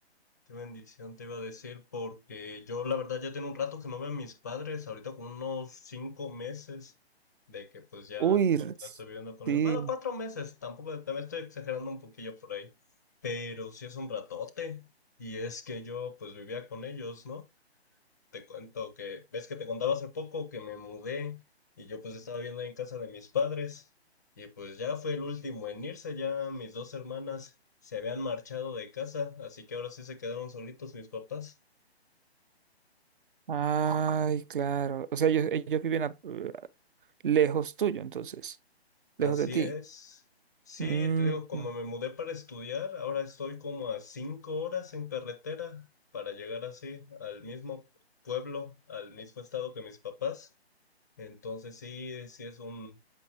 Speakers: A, on the left (about 15°); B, on the right (about 50°).
A: qué bendición te iba a decir, porque yo la verdad ya tengo un rato que no veo a mis padres, ahorita como unos cinco meses de que pues ya
B: Uy, r-
A: la estoy viviendo con
B: sí.
A: ellos. Bueno, cuatro meses, tampoco, también estoy exagerando un poquillo por ahí, pero sí es un ratote, y es que yo pues vivía con ellos, ¿no? te cuento que, ves que te contaba hace poco que me mudé y yo pues estaba viendo ahí en casa de mis padres y pues ya fue el último en irse, ya mis dos hermanas se habían marchado de casa, así que ahora sí se quedaron solitos mis papás.
B: Ay, claro. O sea, ellos, ellos viven a- lejos tuyo, entonces, lejos
A: Así
B: de ti.
A: es. Sí,
B: Mm,
A: te digo, como
B: mm.
A: me mudé para estudiar, ahora estoy como a cinco horas en carretera para llegar así al mismo pueblo, al mismo estado que mis papás. Entonces sí, sí es un,